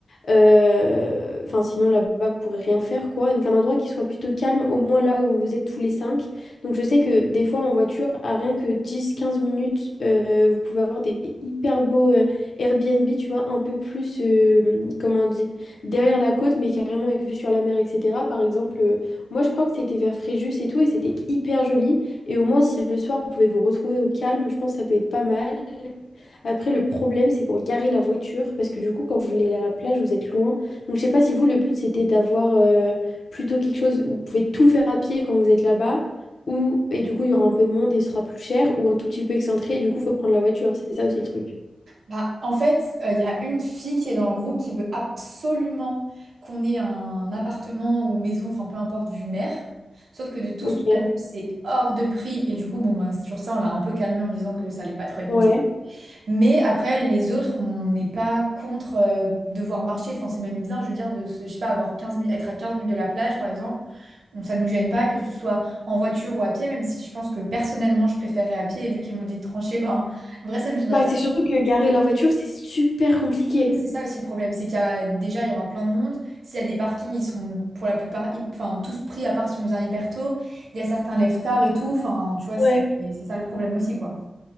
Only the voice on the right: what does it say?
Bah, en fait, euh, il y a une fille qui est dans le groupe qui veut absolument qu'on ait un appartement ou maison, enfin peu importe, vue mer. Sauf que de tout
ce qu'on a vu, c'est hors de prix. Et du coup, bon, bah, sur ça, on l'a un peu calmé en disant que ça allait pas trop être
possible. Mais après, les autres, on n'est pas contre euh, devoir marcher. Enfin, c'est même bien, je veux dire, de se, je sais pas, avoir 15 minutes, être à 15 minutes de la plage, par exemple. On- Ça nous gêne pas, que ce soit en voiture ou à pied, même si je pense que personnellement, je préférais à pied. Et vu qu'ils m'ont dit de trancher, ben, en vrai, ça me gênerait
oui,
Oui, c'est ça aussi le problème, c'est qu'il y a déjà il y aura plein de monde. S'il y a des parkings, ils sont pour la plupart, hy- enfin tous pris à part si on vient hyper tôt. Il y a certains lève tard et tout. Enfin, tu vois,
c'est c'est ça le problème aussi quoi.